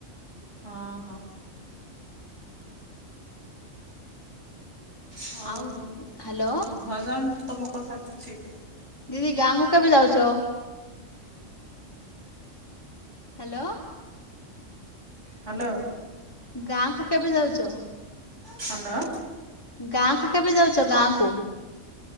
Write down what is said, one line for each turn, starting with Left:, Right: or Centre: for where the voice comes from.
Right: ହଁ ହଁ। ହଉ
Left: ଆଉ
Right: ହୋ
Left: ହ୍ୟାଲୋ
Right: ଶୁଭା ଜାଉନି ତ ତମ କଥା କିଛି।
Left: ଦିଦି ଗାଁକୁ କେବେ ଯାଉଚ। ହ୍ୟାଲୋ।
Right: ହ୍ୟାଲୋ।
Left: ଗାଁ କୁ କେବେ ଯାଉଚ଼।
Right: ହ୍ୟାଲୋ।
Left: ଗାଁ କୁ କେବେ ଯାଉଛ ଗାଁ କୁ